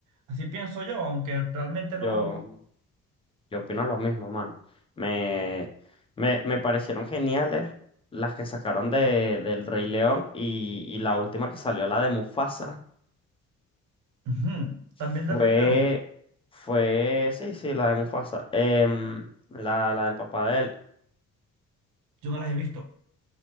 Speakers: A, on the right (about 80°); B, on the left (about 20°).
A: así pienso yo, aunque realmente no.
B: Yo. Yo opino lo mismo, mano. Me, me, me parecieron geniales las que sacaron de, del Rey León y, y la última que salió, la de Mufasa,
A: Ujú.
B: fue,
A: También del Rey León,
B: fue, sí, sí, la de Mufasa, em, la, la del papá de él.
A: yo no las he visto.